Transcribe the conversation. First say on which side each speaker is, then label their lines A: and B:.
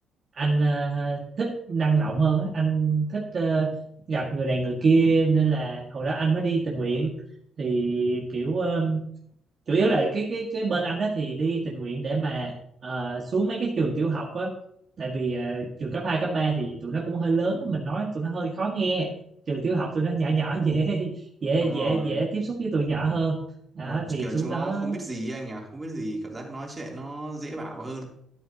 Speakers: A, on the right; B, on the right.
A: anh ờ, thích năng động hơn á. anh thích ờ, gặp người này người kia nên là hồi đó anh mới đi tình nguyện thì kiểu ờ, chủ yếu là cái cái cái bên anh đó thì đi tình nguyện để mà ờ, xuống mấy cái trường tiểu học á tại vì ờ, trường cấp 2 cấp 3 thì tụi nó cũng hơi lớn á, mình nói tụi nó hơi khó nghe trường tiểu học tụi nó nhỏ nhỏ dễ <laughs> dễ
B: đúng rồi,
A: dễ dễ tiếp xúc với tụi nhỏ hơn đó
B: đúng rồi.
A: thì
B: kiểu
A: xuống
B: chúng
A: đó
B: nó không biết gì ấy anh nhỉ không biết gì cảm giác nói chuyện nó dễ bảo hơn